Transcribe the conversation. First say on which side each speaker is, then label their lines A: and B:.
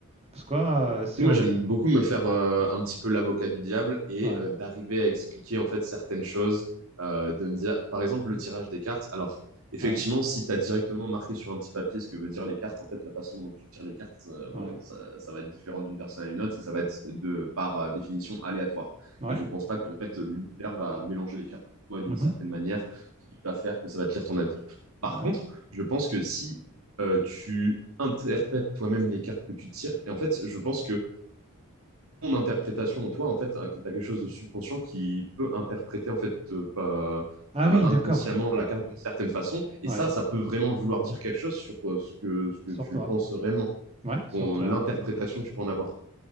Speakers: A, on the right; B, on the right.
A: Parce que euh, si
B: Tu sais,
A: on,
B: moi, j'aime beaucoup me faire euh, un petit peu l'avocat du diable et
A: ouais,
B: euh, d'arriver à expliquer en fait certaines choses, euh, de me dire, par exemple, le tirage des cartes. Alors, effectivement,
A: ouais,
B: si tu as directement marqué sur un petit papier ce que veut dire les cartes, en fait, la façon dont tu tires les cartes, euh, bon,
A: ouais,
B: ça, ça va être différent d'une personne à une autre et ça va être de par euh, définition aléatoire.
A: ouais,
B: Et je pense pas qu'en fait l'univers va mélanger les cartes pour toi d'une
A: mhm,
B: certaine manière qui va faire que ça va te lire ton avenir. Par
A: ouais.
B: contre, je pense que si euh, tu interprètes toi-même les cartes que tu tires. Et en fait, je pense que ton interprétation en toi, en fait, tu as quelque chose de subconscient qui peut interpréter en fait euh, pas-
A: Ah
B: euh,
A: oui,
B: inconsciemment
A: d'accord.
B: la carte d'une certaine façon. Et
A: Ouais,
B: ça, ça peut vraiment vouloir dire quelque chose sur euh, ce que, ce que
A: sur
B: tu
A: toi.
B: penses réellement,
A: Ouais, sur
B: Ton-
A: toi.
B: l'interprétation
A: Ouais, ouais.
B: que tu peux en avoir.